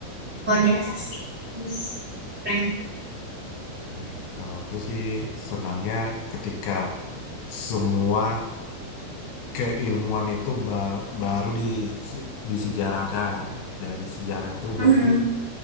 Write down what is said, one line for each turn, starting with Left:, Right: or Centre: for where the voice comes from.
Right: luar biasa sih terus keren
Left: ya, kalau aku sih senangnya ketika semua keilmuan itu ba- baru dise- disejarakan dari sejarah itu berarti
Right: Mhm.